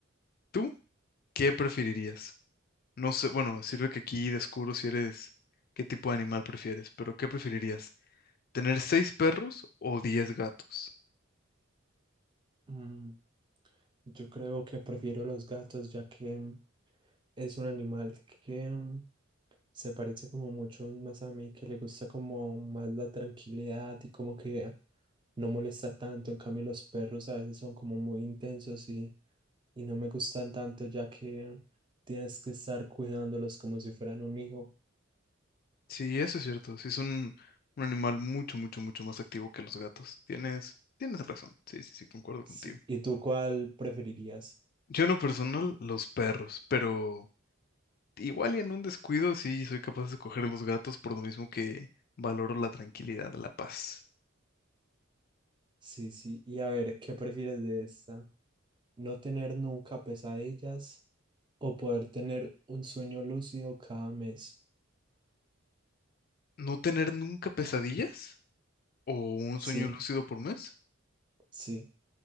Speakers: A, on the left (about 50°); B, on the right (about 25°).
A: ¿Tú? ¿Qué preferirías? No sé, bueno, sirve que aquí descubro si eres, qué tipo de animal prefieres, pero ¿qué preferirías? ¿Tener seis perros o diez gatos?
B: Mm, yo creo que prefiero los gatos ya que es un animal que Se parece como mucho más a mí, que le gusta como más la tranquilidad y como que no molesta tanto. En cambio, los perros a veces son como muy intensos y, y no me gustan tanto ya que tienes que estar cuidándolos como si fueran un hijo.
A: Sí, eso es cierto. Sí, es un, un animal mucho, mucho, mucho más activo que los gatos. Tienes, tienes razón. Sí, sí, sí, concuerdo contigo.
B: Sí. ¿Y tú cuál preferirías?
A: Yo en lo personal, los perros, pero igual y en un descuido sí soy capaz de coger los gatos por lo mismo que valoro la tranquilidad, la paz.
B: Sí, sí. Y a ver, ¿qué prefieres de esta? ¿No tener nunca pesadillas o poder tener un sueño lúcido cada mes?
A: ¿No tener nunca pesadillas? ¿O un
B: Sí,
A: sueño lúcido por mes?
B: sí.